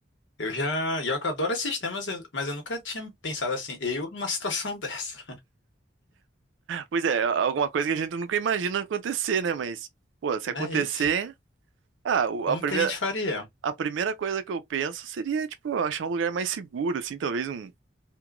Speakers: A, on the left; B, on the right.
A: eu já. E eu que adoro esses temas, eu- mas eu nunca tinha pensado assim, eu numa situação <laughs> dessa.
B: Pois é, alguma coisa que a gente nunca imagina acontecer, né? Mas, pô, se
A: Não
B: acontecer.
A: é isso?
B: Ah, o-
A: Como
B: a primeira,
A: que a gente faria?
B: A primeira coisa que eu penso seria, tipo, achar um lugar mais seguro, assim, talvez um.